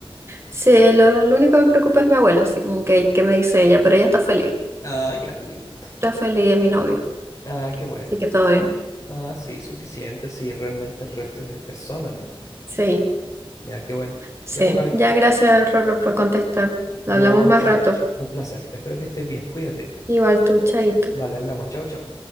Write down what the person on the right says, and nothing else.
Sí, lo, lo único que me preocupa es mi abuela, así como que, que me dice ella, pero ella está feliz,
está feliz de mi novio,
así que todo bien.
Sí,
sí.
Ya gracias, Rorro, por contestar. Hablamos
más
rato.
Igual tú, Chaito.